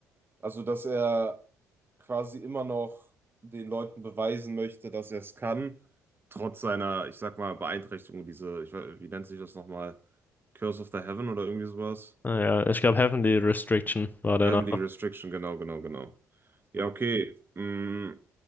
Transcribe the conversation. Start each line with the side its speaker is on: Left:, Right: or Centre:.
Right: Also, dass er quasi immer noch den Leuten beweisen möchte, dass er es kann, trotz seiner, ich sag mal, Beeinträchtigung, diese, ich, weiß- wie nennt sich das nochmal? Curse of the Heaven oder irgendwie sowas?
Left: Naja, ich glaube, Heavenly Restriction war der
Right: Heavily
Left: Name.
Right: Restriction, genau, genau, genau. Ja, okay. Mm,